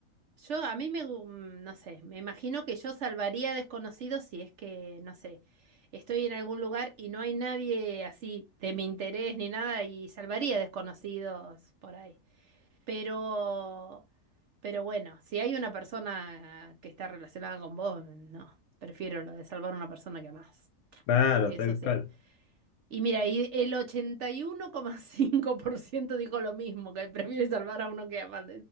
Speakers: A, on the right; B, on the left.
A: Yo, a mí me, gu- mm, no sé, me imagino que yo salvaría desconocidos si es que, no sé, estoy en algún lugar y no hay nadie así de mi interés ni nada y salvaría desconocidos por ahí. Pero, pero bueno, si hay una persona que está relacionada con vos, no, prefiero lo de salvar a una persona que amás.
B: Claro,
A: Eso
B: tal
A: sí.
B: cual.
A: Y mira, y el ochenta y uno coma cinco por ciento dijo lo mismo, que prefiere salvar a uno que ama.